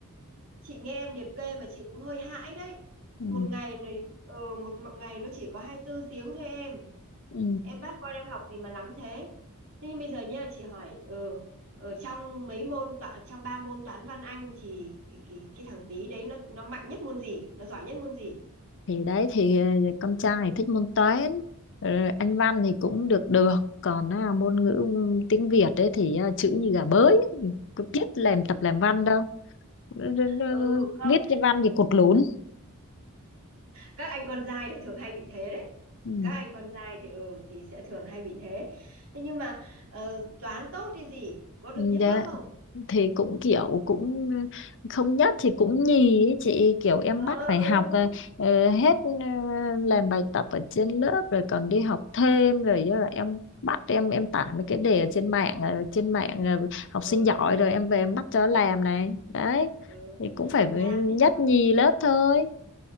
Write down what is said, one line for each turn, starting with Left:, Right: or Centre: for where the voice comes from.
Right: chị nghe em liệt kê mà chị cũng hơi hãi đấy.
Left: ừ.
Right: Một ngày này ừ, một ngày nó chỉ có 24 tiếng thôi em.
Left: Ừ.
Right: em bắt con em học gì mà lắm thế thế nhưng bây giờ nha chị hỏi ừ, ở trong mấy môn toán trong ba môn toán văn anh thì cái, cái, cái thằng tí đấy nó nó mạnh nhất môn gì nó giỏi nhất môn gì
Left: thì đấy thì ờ, con trai thì thích môn toán rồi anh văn thì cũng được được còn à, môn ngữ ừ, tiếng Việt ấy thì à, chữ như gà bới cứ biết làm tập làm văn đâu Ừ, ừ, ừ,
Right: ừ không
Left: viết cái văn gì cột lún
Right: các anh con trai thì thường hay bị thế đấy
Left: ừ.
Right: các anh con trai thì ừ thì sẽ thường hay bị thế thế nhưng mà ờ, toán tốt thì gì có được
Left: Ừ,
Right: nhất
Left: đấy.
Right: lớp không
Left: thì cũng kiểu cũng không nhất thì cũng nhì ấy chị kiểu em bắt
Right: ờ
Left: phải
Right: ừ
Left: học ờ,
Right: thế
Left: ờ, hết ờ, làm bài tập ở trên lớp rồi còn đi học thêm rồi do là em bắt em em tải mấy cái đề ở trên mạng ờ, trên mạng ờ, học
Right: ừ,
Left: sinh giỏi rồi em về em bắt cho làm này đấy
Right: ừ.
Left: thì cũng phải
Right: làm
Left: nhất
Right: thế nhưng mà
Left: nhì lớp thôi